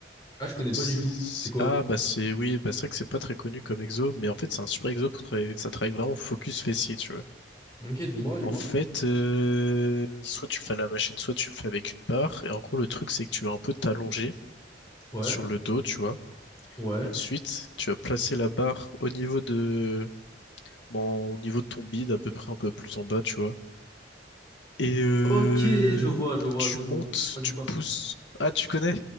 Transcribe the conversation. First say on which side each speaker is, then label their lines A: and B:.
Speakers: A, on the left; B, on the left.
A: Ah, je connais
B: C'est-
A: pas du tout. C'est quoi?
B: Ah, bah c'est... Oui, bah c'est vrai que c'est pas très connu comme exo, mais en fait, c'est un super exo pour travailler... Ça travaille vraiment focus fessier, tu vois.
A: Ok, dis-moi, dis-moi.
B: En fait, euh, soit tu le fais à la machine, soit tu le fais avec une barre. Et en gros, le truc, c'est que tu vas un peu t'allonger
A: Ouais,
B: sur le dos, tu vois.
A: ouais.
B: Et ensuite, tu vas placer la barre au niveau de... Bon, au niveau de ton bide, à peu près un peu plus en bas, tu vois. Et euh,
A: Ok, je vois, je vois,
B: tu
A: c'est
B: montes,
A: bon, m'en dis
B: tu
A: pas plus.
B: pousses. Ah, tu connais?